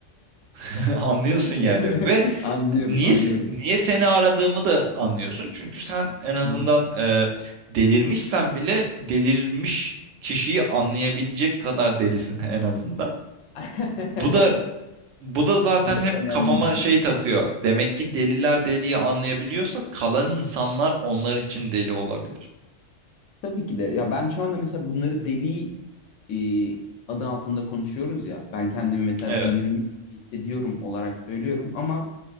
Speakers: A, on the right (about 85°); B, on the left (about 85°).
A: <laughs> Anlıyorsun
B: <laughs>
A: yani ve
B: Anlıyorum,
A: niye
B: anlıyorum.
A: se- niye seni aradığımı da anlıyorsun. Çünkü sen en azından
B: Hı hı.
A: e, delirmişsen bile delirmiş kişiyi anlayabilecek kadar delisin en azından.
B: <laughs>
A: Bu da bu da zaten
B: Bu da
A: hep
B: önemli
A: kafama
B: bir şey.
A: şey takıyor. Demek ki deliler deliyi anlayabiliyorsa kalan insanlar onlar için deli olabilir.
B: Tabii ki de. Ya ben şu anda mesela bunları deli e, adı altında konuşuyoruz ya. Ben kendimi mesela
A: Evet,
B: delirmiş gibi hissediyorum olarak söylüyorum ama